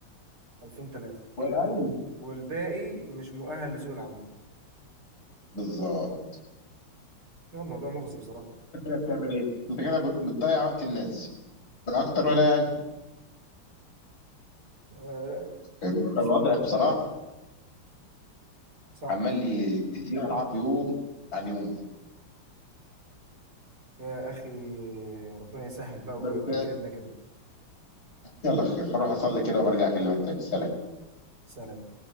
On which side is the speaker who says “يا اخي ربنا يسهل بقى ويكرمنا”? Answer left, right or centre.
Right